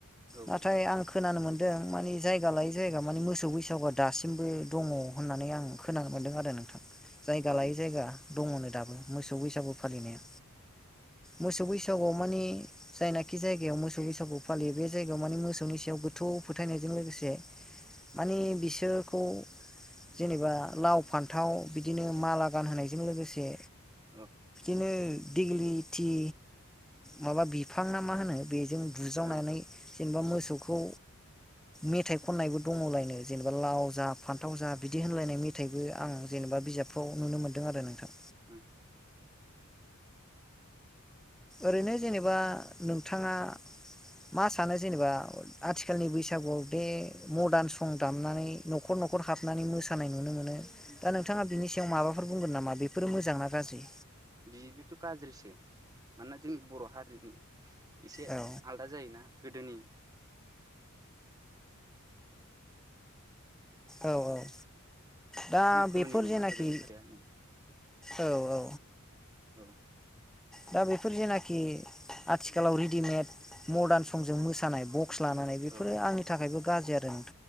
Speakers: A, on the right; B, in the centre.
A: औ
B: नाथाय आं खोनानो मोनदों दों माने जायगा लायै जायगा माने मोसौ बैसागुआ दासिमबो दङ होननानै आं खोनानो मोनदों आरो नोंथां जायगा
A: औ
B: लायै जायगा दङनो दाबो मोसौ बैसागु फालिनाया। मोसौ बैसागुआव मानि जायनाखि जायगायाव मोसौ बैसागु फालियो बे जायगायाव मानि मोसौनि सायाव गोथौ फोथायनायजों लोगोसे मानि बिसोरखौ जेनेबा लाव फान थाव बिदिनो माला गानहोनायजों लोगोसे
A: औ
B: दिनो दिग्लिथि माबा बिफां ना मा होनो बेजों बुज्रावनानै
A: औ
B: जेनेबा मोसौखौ मेथाइ खननायबो दङ'लायनो जेनेबा लाव जा फान्थाव जा बिदि होनलायनाय मेथाइबो आं जेनेबा बिजाबफ्राव नुनो मोनदों आरो नोंथां।
A: ओम
B: ओरैनो जेनेबा नोंथाङा मा सानो जेनेबा आथिखालनि बैसागुआव बे मदार्न सं दामनानै न'खर न'खर हाबनानै मोसानाय नुनो मोनो दा नोंथाङा बिनि सायाव माबाफोर बुंगोन नामा बेफोरो मोजां ना गाज्रि?
A: बिबोथ' गाज्रिसो मानोना जोंनि बर' हारिनि एसे
B: औ
A: आलादा जायोना गोदोनि
B: औ औ
A: <unintelligible>
B: दा बेफोर जेनाखि औ औ
A: औ
B: दा बे फोर जेनाखि आथिखालाव रेडिमेड मदार्न संजों मोसानायखौ क्स लानानै बेफोरो
A: औ
B: आंनि थाखायबो गाज्रि आरो